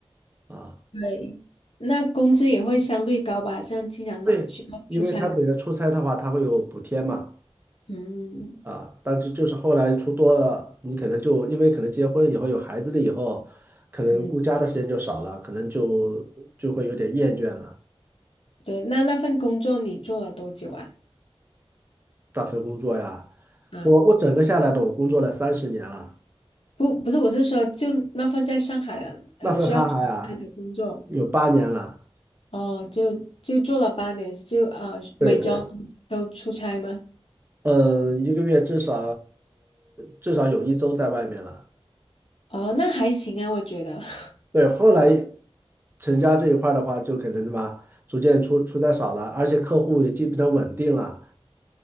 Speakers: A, on the right; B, on the left.
A: 啊。
B: 对，那工资也会相对高吧？像经常需要出差的，
A: 对，因为他本身出差的话，他会有补贴嘛。
B: 嗯
A: 啊，但是就是后来出多了，你可能就因为可能结婚以后有孩子了以后，可能顾家的时间就少了，
B: 嗯，
A: 可能就就会有点厌倦了。
B: 对。那那份工作你做了多久啊？
A: 那份工作呀，
B: 啊，
A: 我我整个下来的我工作了三十年了，
B: 不，不是，我是说，就那份在上海的，呃，
A: 那份哈哈呀，
B: 需要出差的工作，
A: 有八年了，
B: 哦，就就做了八年，就呃每周
A: 对对，
B: 都出差吗？
A: 嗯呃，一个月至少至少有一周在外面了。
B: 哦，那还行啊，我觉得。<laughs>
A: 对，后来成家这一块儿的话，就可能什么逐渐出出在少了，而且客户也基本上稳定了。